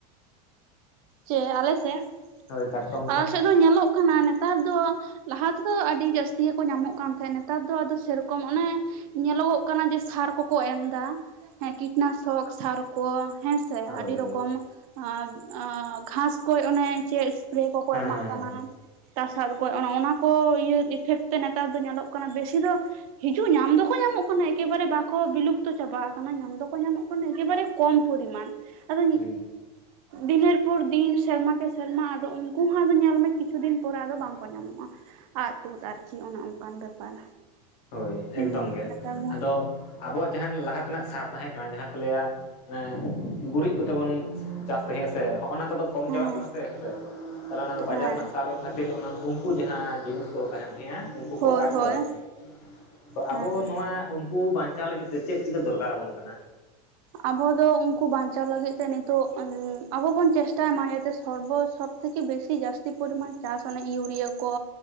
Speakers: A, on the right (about 60°); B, on the left (about 65°).
A: ᱪᱮᱫ ᱟᱞᱮ ᱥᱮᱫ?
B: ᱦᱳᱭ, ᱠᱟᱴᱠᱚᱢ
A: ᱟᱞᱮ
B: ᱠᱚ᱾
A: ᱥᱮᱫ ᱫᱚ ᱧᱮᱞᱚᱜ ᱠᱟᱱᱟ ᱱᱮᱛᱟᱨ ᱫᱚ ᱞᱟᱦᱟ ᱛᱮᱫᱚ ᱟᱹᱰᱤ ᱡᱟᱹᱥᱛᱤ ᱜᱮᱠᱚ ᱧᱟᱢᱚᱜ ᱠᱟᱱ ᱛᱟᱦᱮᱸᱫ, ᱱᱮᱛᱟᱨ ᱫᱚ ᱟᱫᱚ ᱥᱮ ᱨᱚᱠᱚᱢ ᱚᱱᱮ ᱧᱮᱞᱚᱜᱚᱜ ᱠᱟᱱᱟ ᱡᱮ ᱥᱟᱨ ᱠᱚᱠᱚ ᱮᱢ ᱮᱫᱟ ᱦᱮᱸ ᱠᱤᱴᱱᱟᱥᱚᱠ ᱥᱟᱨ ᱠᱚ ᱦᱮᱸᱥᱮ ᱟᱹᱰᱤ
B: ᱦᱳᱭ
A: ᱨᱚᱠᱚᱢ
B: ᱦᱳᱭ
A: ᱮᱸ ᱜᱷᱟᱥ ᱠᱚ ᱚᱱᱮ ᱪᱮᱫ, ᱮᱥᱯᱨᱮ ᱠᱚᱠᱚ
B: ᱦᱮᱸ
A: ᱮᱢᱟᱜ
B: ᱦᱮᱸ
A: ᱠᱟᱱᱟ
B: ᱦᱮᱸ
A: ᱜᱷᱟᱥ ᱜᱚᱡ ᱚᱱᱟ ᱠᱚ ᱤᱭᱟᱹ ᱤᱯᱷᱮᱠᱴ ᱛᱮ ᱱᱮᱛᱟᱨ ᱫᱚ ᱧᱮᱞᱚᱜ ᱠᱟᱱᱟ ᱵᱮᱥᱤ ᱫᱚ ᱦᱤᱡᱩᱜ ᱧᱟᱢ ᱫᱚᱠᱚ ᱧᱟᱢᱚᱜ ᱠᱟᱱᱟ ᱮᱠᱮᱵᱟᱨᱮ ᱵᱟᱠᱚ ᱵᱤᱞᱩᱯᱛᱚ ᱪᱟᱵᱟ ᱠᱟᱱᱟ ᱧᱟᱢ ᱫᱚᱠᱚ ᱧᱟᱢᱚᱜ ᱠᱟᱱᱟ ᱮᱠᱮᱵᱟᱨᱮ ᱠᱚᱢ ᱯᱚᱨᱤᱢᱟᱱ ᱟᱫᱚ
B: ᱦᱮᱸ
A: ᱫᱤᱱᱮᱨ ᱯᱚᱨ ᱫᱤᱱ ᱥᱮᱨᱢᱟ ᱠᱮ ᱥᱮᱨᱢᱟ ᱟᱫᱚ ᱩᱱᱠᱩ ᱦᱚᱸ ᱟᱫᱚ ᱧᱮᱞ ᱢᱮ ᱠᱤᱪᱷᱩ ᱫᱤᱱ ᱯᱚᱨᱮ ᱟᱫᱚ ᱵᱟᱝᱠᱚ ᱧᱟᱢᱚᱜᱼᱟ ᱟᱫ ᱛᱩᱫ ᱟᱨᱠᱤ ᱚᱱᱮ ᱚᱱᱠᱟᱱ ᱵᱮᱯᱟᱨ
B: ᱦᱳᱭ
A: ᱦᱩᱸ
B: ᱮᱠᱫᱚᱢ ᱜᱮ
A: ᱱᱮᱛᱟᱨ ᱫᱚ
B: ᱟᱫᱚ ᱟᱵᱚᱣᱟᱜ ᱡᱟᱦᱟᱸ ᱞᱟᱦᱟ ᱛᱮᱱᱟᱜ ᱥᱟᱨ ᱛᱟᱦᱮᱸ ᱠᱟᱱᱟ ᱡᱟᱦᱟᱸ ᱠᱚ ᱞᱟᱹᱭᱟ ᱢᱟᱱᱮ ᱜᱩᱨᱤᱡ ᱠᱚᱛᱮ ᱵᱚᱱ ᱪᱟᱥ ᱛᱟᱦᱮᱸᱜᱼᱟ ᱥᱮ ᱦᱚᱜᱼ ᱚᱱᱟ ᱠᱚᱫᱚ ᱠᱚᱢ
A: ᱦᱮᱸ
B: ᱪᱟᱵᱟᱜ ᱠᱟᱱᱟ ᱥᱮ ᱦᱮᱸᱥᱮ ᱛᱟᱦᱚᱞᱮ ᱚᱱᱟ
A: ᱦᱮᱸ
B: ᱵᱟᱡᱟᱨ ᱨᱮᱱᱟᱜ ᱥᱟᱨ ᱠᱚ ᱠᱷᱟᱹᱛᱤᱨ ᱚᱱᱟ ᱩᱱ ᱩᱱᱠᱩ ᱡᱟᱦᱟᱸ ᱡᱤᱱᱤᱥ ᱠᱚ ᱛᱟᱦᱮᱸᱱ ᱛᱟᱦᱮᱸᱜᱼᱟ ᱩᱱᱠᱩ
A: ᱦᱳᱭ
B: ᱠᱚ ᱟᱫ ᱪᱟᱵᱟᱜ
A: ᱦᱳᱭ
B: ᱠᱟᱱᱟ ᱛᱚ ᱟᱵᱚ
A: ᱦᱮᱸ
B: ᱱᱚᱣᱟ ᱠᱩ ᱵᱟᱧᱪᱟᱣ ᱞᱟᱹᱜᱤᱫ ᱛᱮ ᱪᱮᱫ ᱪᱤᱠᱟᱹ ᱫᱚᱨᱠᱟᱨ ᱟᱵᱚᱱ ᱠᱟᱱᱟ
A: ᱟᱵᱚ ᱫᱚ ᱩᱱᱠᱩ ᱵᱟᱧᱪᱟᱣ ᱞᱟᱹᱜᱤᱫ ᱛᱮ ᱱᱤᱛᱚᱜ ᱟᱵᱚ ᱵᱚᱱ ᱪᱮᱥᱴᱟᱭ ᱢᱟ ᱡᱟᱛᱮ ᱥᱚᱨᱵᱚ ᱥᱚᱯ ᱛᱷᱮᱠᱮ ᱵᱮᱥᱤ ᱡᱟᱹᱥᱛᱤ ᱯᱚᱨᱤᱢᱟᱱ ᱪᱟᱥ ᱚᱱᱟ ᱤᱭᱩᱨᱤᱭᱟᱹ ᱠᱚ